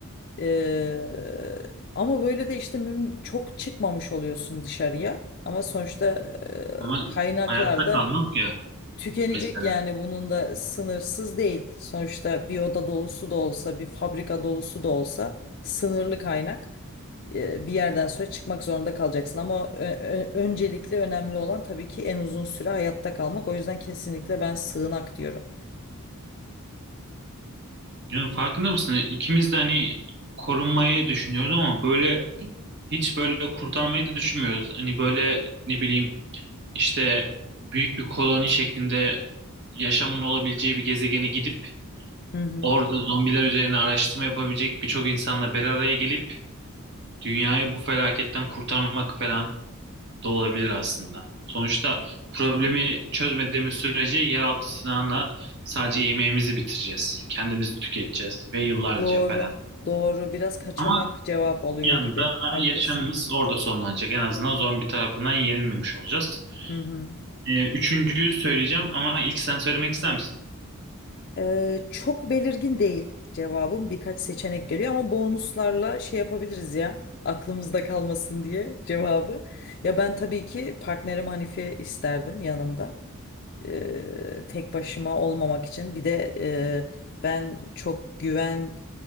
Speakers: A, on the left (about 45°); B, on the right (about 50°).
A: Eee, ama böyle de işte müm- çok çıkmamış oluyorsun dışarıya. Ama sonuçta eee,
B: ama
A: kaynaklar
B: hayatta
A: da
B: kalmak ya
A: tükenecek
B: mesela.
A: yani bunun da sınırsız değil. Sonuçta bir oda dolusu da olsa, bir fabrika dolusu da olsa sınırlı kaynak. Eee, bir yerden sonra çıkmak zorunda kalacaksın. Ama ö- ö- öncelikli önemli olan tabii ki en uzun süre hayatta kalmak. O yüzden kesinlikle ben sığınak diyorum.
B: Yani farkında mısın? İkimiz de hani korunmayı düşünüyoruz ama böyle hiç böyle kurtarmayı da düşünmüyoruz. Hani böyle ne bileyim işte büyük bir koloni şeklinde yaşamın olabileceği bir gezegene gidip
A: Hı hı.
B: orada zombiler üzerine araştırma yapabilecek birçok insanla bir araya gelip dünyayı bu felaketten kurtarmak falan. da olabilir aslında. Sonuçta problemi çözmediğimiz sürece yeraltı silahına sadece yemeğimizi bitireceğiz. Kendimizi tüketeceğiz ve yıllarca
A: Doğru,
B: falan.
A: doğru. Biraz kaçamak
B: Ama
A: cevap oluyor
B: bir yandan
A: gibi. Haklısın.
B: yaşamımız orada sonlanacak. En azından zombi tarafından yenilmemiş olacağız.
A: Hı hı.
B: Ee, üçüncüyü söyleyeceğim ama ilk sen söylemek ister misin?
A: Ee, çok belirgin değil cevabım. Birkaç seçenek geliyor ama bonuslarla şey yapabiliriz ya. Aklımızda kalmasın diye cevabı. Ya ben tabii ki partnerim Hanife isterdim yanımda. Ee, tek başıma olmamak için. Bir de e, ben çok güven